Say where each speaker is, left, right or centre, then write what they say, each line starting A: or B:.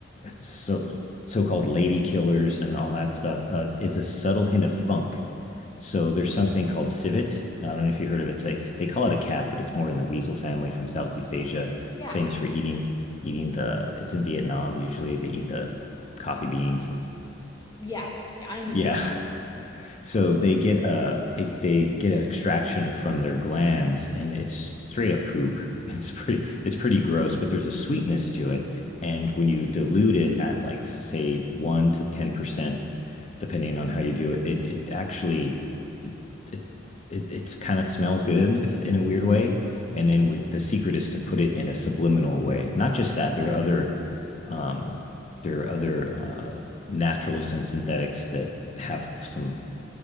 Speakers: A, on the left (about 35°); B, on the left (about 20°).
A: so so-called lady killers and all that stuff uh, is a subtle hint of funk. So there's something called civet. I don't know if you heard of it. It's, it's, they call it a cat, but it's more in the weasel family from Southeast Asia.
B: Yeah.
A: It's famous for eating eating the. It's in Vietnam usually. They eat the coffee beans and
B: Yeah. Yeah, I know what
A: yeah,
B: you're talking
A: <laughs>
B: about.
A: So they get a they they get an extraction from their glands, and it's straight up poop. <laughs> It's pretty it's pretty gross, but there's a sweetness to it. And when you dilute it at like say one to ten percent, depending on how you do it, it it actually it it, it it's kind of smells good if in a weird way. And then with the secret is to put it in a subliminal way. Not just that, there are other um, there are other uh, naturals and synthetics that have some